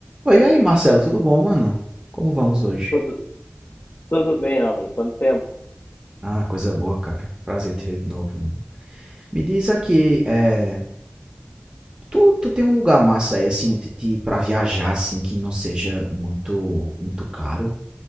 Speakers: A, on the right; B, on the left.
A: Oi, e aí, Marcelo, tudo bom, mano? Como vamos hoje?
B: Tudo, tudo bem, Álvaro? Quanto tempo?
A: Ah, coisa boa, cara. Prazer te ver de novo, mano. Me diz aqui, é, tu, tu tem um lugar massa aí, assim, de, de- pra viajar, assim, que não seja muito, muito caro?